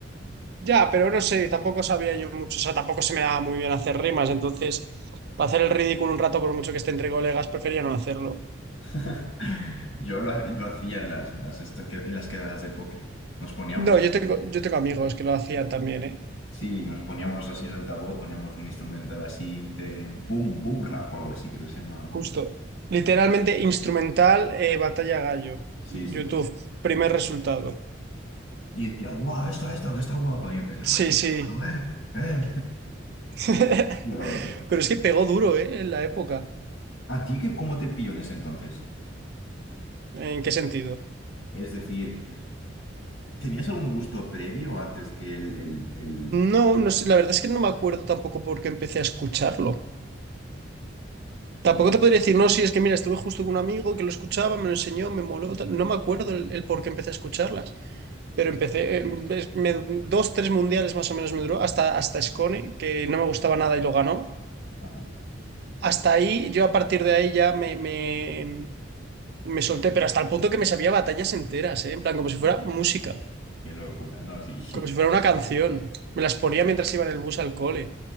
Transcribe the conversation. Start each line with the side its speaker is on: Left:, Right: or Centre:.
Right: Ya, pero no sé, tampoco sabía yo mucho, o sea, tampoco se me daba muy bien hacer rimas, entonces, para hacer el ridículo un rato, por mucho que esté entre colegas, prefería no hacerlo.
Left: <laughs> Yo lo, lo hacía en las, en las, esto que- en las quedadas de póker. Nos poníamos,
Right: No, yo tengo, yo tengo amigos que lo hacían también, ¿eh?
Left: sí, nos poníamos así el altavoz, poníamos un instrumental así de boom, boom rap o algo así, creo que se llama.
Right: Justo. Literalmente, instrumental, eh, Batalla Gallo,
Left: Sí,
Right: YouTube,
Left: sí. sí.
Right: primer resultado.
Left: Y decía, guau, esta, esta, que está guapa. Y empezaba,
Right: Sí,
Left: ay todo,
Right: sí.
Left: bueno, eh, eh.
Right: <laughs>
Left: <laughs> Locos.
Right: Pero es que pegó duro, ¿eh? En la época.
Left: ¿A ti qué, cómo te pilló en ese entonces?
Right: ¿En qué sentido?
Left: Es decir, ¿tenías algún gusto previo antes que el, el, el-
Right: No, no sé, la verdad es que no me acuerdo tampoco por qué empecé a escucharlo. Tampoco te podría decir, no, sí, es que mira, estuve justo con un amigo que lo escuchaba, me lo enseñó, me moló, tal. No me acuerdo el, el por qué empecé a escucharlas, pero empecé, eh, es- me- dos, tres mundiales más o menos me duró, hasta, hasta Scone, que no me gustaba nada y lo ganó.
Left: Ajá.
Right: Hasta ahí, yo a partir de ahí ya me, me, me solté, pero hasta el punto que me sabía batallas enteras, ¿eh? En plan, como si fuera
Left: Uf,
Right: música,
Left: Qué locura, no, sí.
Right: como si fuera una canción. Me las ponía mientras iba en el bus al cole.